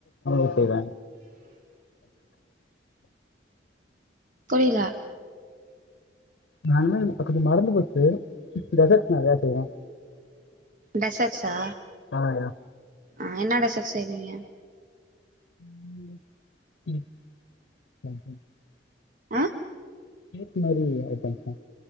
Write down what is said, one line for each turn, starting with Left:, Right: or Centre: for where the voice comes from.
Left: <unintelligible> செய்வே
Right: புரில
Left: நானு இப்ப கொஞ்சோ மறந்து போச்சு டெசர்ட் நெறையா செய்வே
Right: டெசர்ட்ஸா
Left: ஆஹ் யா
Right: ஆஹ் என்ன டெசட்ஸ் செய்வீங்க
Left: <unintelligible>
Right: ஆஹ்
Left: கேக் மாரி ஐட்டம்ஸ் தா